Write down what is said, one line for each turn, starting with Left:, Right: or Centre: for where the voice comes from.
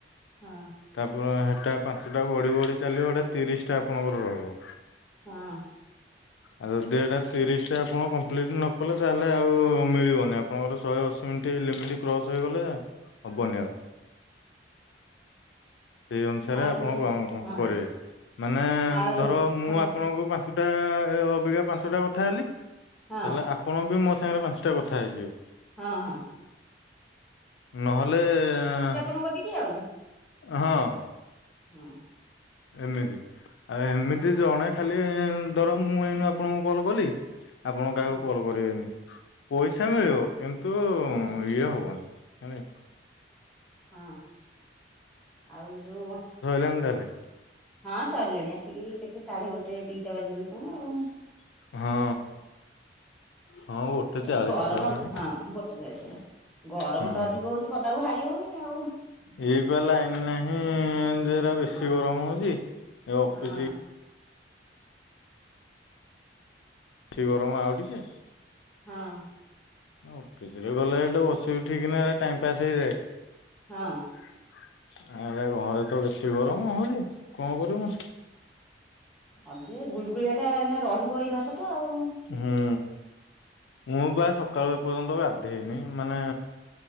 Centre: ହଁ।
Left: ତାପରେ ସେଟା ପାଞ୍ଚଟା ବଢି ବଢି ଚାଲିବ ଏଟା ତିରିଶଟା ଆପଣଙ୍କର ରହିବ।
Centre: ହଁ।
Left: ଆଉ ଯଦି ଏଟା ତିରିଶଟା ଆପଣ କମ୍ପ୍ଲିଟ ନ କଲେ ତାହେଲେ ଆଉ ମିଳିବନି ଆପଣଙ୍କର ଶହେ ଅଶୀ ମିନିଟ୍ମ। କ୍ରସ ହେଇଗଲେ ହବନି ଆଉ ସେଇ ଅନୁସାରେ
Centre: ଆଉ
Left: ଆପଣ
Centre: ସେ
Left: କଣ କଣ
Centre: ହଁ
Left: କରିବେ ମାନେ
Centre: ଆଉ
Left: ଧର ମୁଁ
Centre: ହଁ
Left: ଆପଣଙ୍କୁ ପାଞ୍ଚଟା ଅବିଜୟ ପାଞ୍ଚଟା କଥା ହେଲି ତାହେଲେ
Centre: ହଁ
Left: ଆପଣ ବି ମୋ ସାଙ୍ଗରେ ପାଞ୍ଚଟା କଥା ହେଇଯିବେ।
Centre: ହଁ ହଁ।
Left: ନହେଲେ ଆଁ
Centre: ତମ କତିକି କିି ଆଉ
Left: ହଁ
Centre: ହୁଁ
Left: ଏମିତି ଆଉ ଏମିତି
Centre: ହଁ
Left: ଜଣେ ଖାଲି ଧର ମୁଁ ଏଇନେ ଆପଣଙ୍କୁ କଲ କଲି ଆପଣ କାହାକୁ
Centre: ହଁ
Left: କଲ୍ କରିବେନି ପଇସା ମିଳିବ କିନ୍ତୁ
Centre: ହଁ
Left: ଇଏ ହବନି <unintelligible>
Centre: ହଁ ଆଉ ଯୋଉ
Left: ଲନ୍ ଦେଲେ
Centre: ହଁ ସରିଲାଣି ଆସିକି କେତେ ସାଢେ ଗୋଟେ ଦିଟା ବାଜିବ କି କଣ ଆଉ
Left: ହଁ ହଁ ଗୋଟେ ଚାଳିଶ
Centre: ଏ ଗରମ
Left: ତ ହେଲାଣି
Centre: ହଁ ଗୋ- ଗରମ
Left: ହୁଁ।
Centre: ତ ଅଧିକ ହଉଛି ପଦାକୁ ବାହାରି ହଉନି ଆଉ
Left: ଏଇପା ଲାଇନ ନାହିଁ ଯେରା ବେଶୀ
Centre: ହଁ
Left: ଗରମ ହଉଛି ଏ ଅଫିସ
Centre: ହଁ
Left: ବେଶୀ ଗରମ ଆଉ ଟିକେ
Centre: ହଁ
Left: ଅଫିସରେ ଗଲେ ଏଠୁ ବସି ଉଠିକିନା ହେଲା ଟାଇମ ପାସ୍ ହେଇଯାଏ
Centre: ହଁ।
Left: ଆ ଘରେ ତ ବେଶୀ ଗରମ ହଉନି କଣ କରି ମୁଁ
Centre: ଅଧିକ ଗୁଳଗୁଳିଆଟା ଏଇନା ରହିବ ଏଇ ମାସଟା ଆଉ
Left: ହୁଁ ମୁଁ ବା ସକାଳୁ ଏ ପର୍ଯ୍ୟନ୍ତ ଗାଧେଇନି ମାନେ